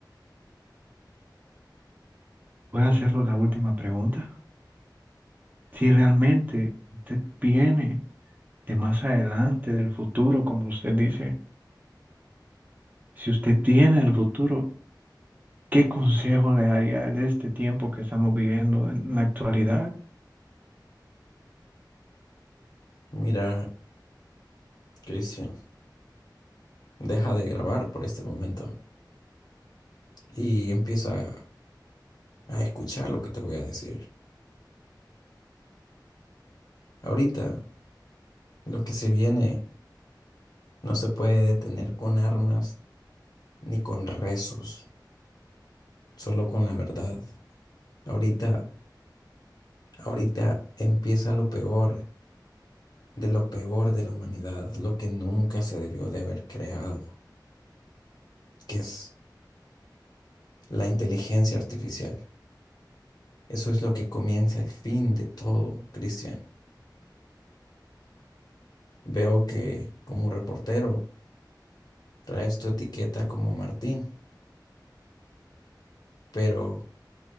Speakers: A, on the right; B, on the left.
A: Voy a hacerlo la última pregunta. Si realmente usted viene de más adelante, del futuro, como usted dice, si usted tiene el futuro, ¿qué consejo le daría de este tiempo que estamos viviendo en la actualidad?
B: Mira, Cristian, deja de grabar por este momento y empieza a escuchar lo que te voy a decir. Ahorita, lo que se viene no se puede detener con armas ni con rezos, solo con la verdad. Ahorita, ahorita empieza lo peor de lo peor de la humanidad, lo que nunca se debió de haber creado, que es la inteligencia artificial. Eso es lo que comienza el fin de todo, Cristian. Veo que como reportero traes tu etiqueta como Martín, pero